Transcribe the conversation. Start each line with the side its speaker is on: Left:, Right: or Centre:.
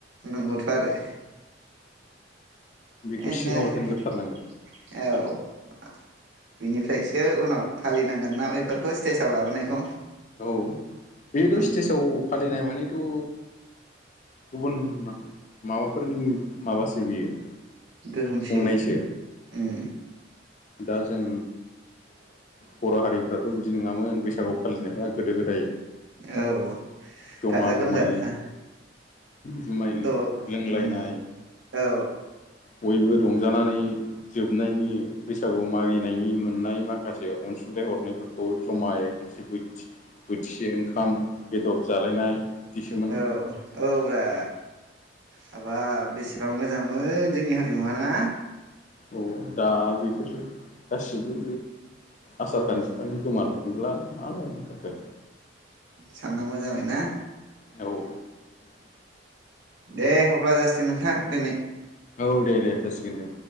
Right: नंगौथ आरो
Left: बेखौ
Right: बिदिनो
Left: सिगाङाव दोनग्रोथारनांगोन
Right: औ बिनिफ्रायसो उनाव फालिनांगोन ना बेफोरखौ स्टेजाव लाबोनायखौ
Left: औ बेथ
Right: उम
Left: स्टेजाव फालिनाय माने थ गुबुन माबाफोरनि माबासो बियो
Right: गोहोमसे
Left: खुंनायसो
Right: उम
Left: दा जों बर हारिफ्राथ बिदि नंङामोन बैसागु फालिनायफ्रा गोदो गोदाय
Right: औ
Left: जमा
Right: गाजा गोमजा
Left: जमायै
Right: था
Left: जुमाय
Right: द'
Left: लोंलायनाय
Right: उम
Left: <inaudible>
Right: औ
Left: बयबो रंजानानै जोबनायनि बैसागु मागिनायनि मोननाय माखासे अनुंथाइ हरनायफोरखौ जमायै खोनसे बोथिसे ओंखाम बेदर जालायनाय बिदिसोमोन
Right: औ औब्रा हाबाब बेसेबां मोजांमोन जोंनि हारिमुवा ना
Left: औ दा बेफोरो गासिबो आसार खान्थिफ्रानो गोमालांनो <unintelligible>
Right: साननांगौ जाबायना
Left: औ <inaudible>
Right: दे अब्ला जासिगोन नोंथां दिनै
Left: औ दे दे जासिगोन दे